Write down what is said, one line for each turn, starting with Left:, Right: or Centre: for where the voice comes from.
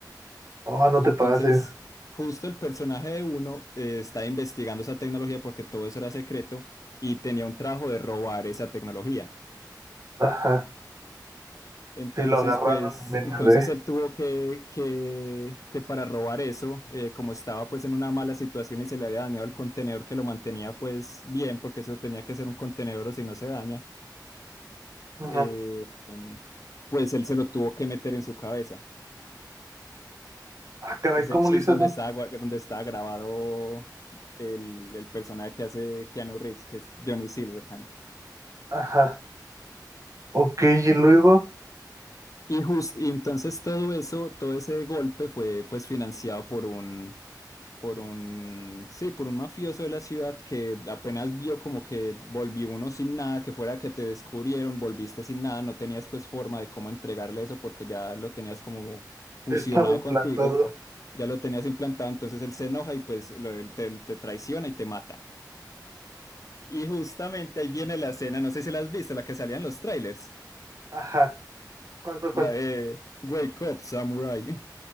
Right: Oh, no
Left: Entonces,
Right: te pases.
Left: justo el personaje de uno eh, está investigando esa tecnología porque todo eso era secreto y tenía un trabajo de robar esa tecnología.
Right: Ajá.
Left: Entonces,
Right: Sí, lo agarraron
Left: pues,
Right: en medio
Left: entonces
Right: de.
Left: él tuvo que, que, que para robar eso, eh, como estaba pues en una mala situación y se le había dañado el contenedor que lo mantenía pues bien, porque eso tenía que ser un contenedor o si no se daña,
Right: Ujú.
Left: eh, em, pues él se lo tuvo que meter en su cabeza.
Right: Ah, caray,
Left: Ese
Right: ¿cómo
Left: chip
Right: le hice
Left: donde
Right: eso?
Left: está, donde está grabado el, el personaje que hace Keanu Reeves, que es Johnny Silverhand.
Right: Ajá. Ok, y luego
Left: Y, just, y entonces todo eso, todo ese golpe fue pues financiado por un por un, sí, por un mafioso de la ciudad que apenas vio como que volvió uno sin nada, que fuera que te descubrieron, volviste sin nada, no tenías pues forma de cómo entregarle eso porque ya lo tenías como fusionado
Right: estaba implantado.
Left: contigo, ya lo tenías implantado, entonces él se enoja y pues lo- él te, te traiciona y te mata. Y justamente ahí viene la escena, no sé si la has visto, la que salía en los trailers,
Right: Ajá. ¿Cuál, cuál,
Left: la
Right: cuál?
Left: de Wake Up Samurai.